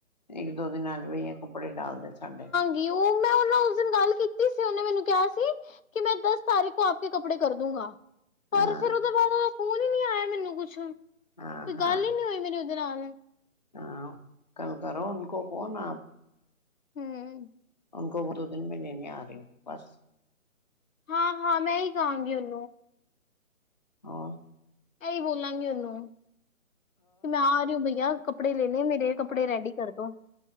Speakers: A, on the left; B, on the left.
A: ਇੱਕ ਦੋ ਦਿਨਾਂ ਚ ਬਈ ਇਹ ਕੱਪੜੇ ਡਾਲਦੇ ਸਾਡੇ
B: ਕੀ ਊ ਮੈਂ ਉਹ ਨਾ ਉਸ ਦਿਨ ਗੱਲ ਕੀਤੀ ਸੀ ਉਹਨੇ ਮੈਨੂੰ ਕਿਹਾ ਸੀ ਕਿ ਮੈਂ ਦਸ ਤਾਰੀਕ ਕੋ ਆਪ ਕੇ ਕੱਪੜੇ ਕਰਦੂਗਾ ਪਰ
A: ਹਾਂ
B: ਫੇਰ ਉਹਦੇ ਬਾਅਦ ਓਹਦਾ ਫੋਨ ਹੀ ਨਹੀਂ ਆਇਆ ਮੈਨੂੰ ਕੁਛ ਕੋਈ
A: ਹਾਂ ਹਾਂ
B: ਗੱਲ ਹੀ ਨੀ ਹੋਈ ਮੇਰੀ ਉਸ ਦੇ ਨਾਲ
A: ਹਾਂ ਕੱਲ ਕਰੋ ਉਨਕੋੋ ਫ਼ੋਨ ਆਪ
B: ਹਮ
A: ਉਨਕੋ ਬੋਲੋ ਦੋ ਦਿਨ ਮੇ ਮੈਂ ਲੇਣੇ ਆ ਰਹੀ ਹੂੰ ਬਸ
B: ਹਾਂ ਹਾਂ ਮੈਂ ਇਹੀ ਕਹਾਂਗੀ ਉਹਨੂੰ
A: ਹੋਰ
B: ਐਹੀ ਬੋਲਾਂਗੀ ਉਹਨੂੰ ਮੈਂ ਆ ਰਹੀ ਹੋ ਬਈਆ ਕੱਪੜੇ ਲੇਣੇ ਮੇਰੇ ਕੱਪੜੇ ਰੈਡੀ ਕਰਦੋ